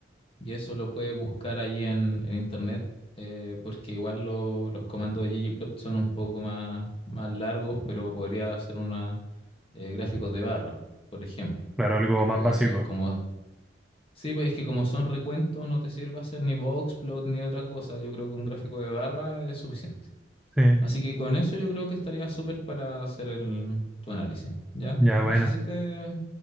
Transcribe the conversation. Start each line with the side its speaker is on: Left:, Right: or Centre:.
Left: Y eso lo puedes buscar allí en, en internet, eh, porque igual lo- los comandos de ggplot son un poco más, más largos, pero podría hacer una, eh, gráficos de barra, por ejemplo.
Centre: Claro, algo
Left: Que
Centre: más básico.
Left: como, sí, pues es que como son recuentos, no te sirve hacer ni boxplot ni otra cosa. Yo creo que un gráfico de barra es suficiente.
Centre: Sí,
Left: Así que con eso yo creo que estaría súper para hacer el, tu análisis, ¿ya?
Centre: ya,
Left: No
Centre: buena.
Left: sé si te,